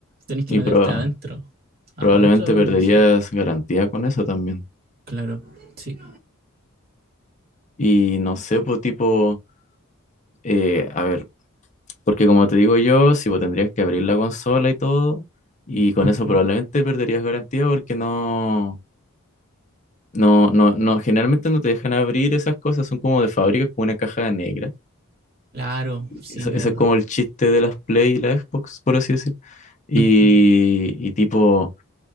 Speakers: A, on the right; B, on the left.
A: tenés que
B: y
A: meterte
B: proba-
A: adentro, adentro
B: probablemente perderías
A: de la consola,
B: garantía con eso también.
A: claro, sí.
B: Y no sé, pues tipo, eh, a ver. Porque como te digo yo, si vos tendrías que abrir la consola y todo, y con
A: Ujú.
B: eso probablemente perderías garantía porque no, no, no, no, generalmente no te dejan abrir esas cosas, son como de fábrica, como una caja negra.
A: Claro, sí,
B: Eso,
A: verdad.
B: eso es como el chiste de las Play y la Xbox, por así decir. Y,
A: Ujú.
B: y tipo,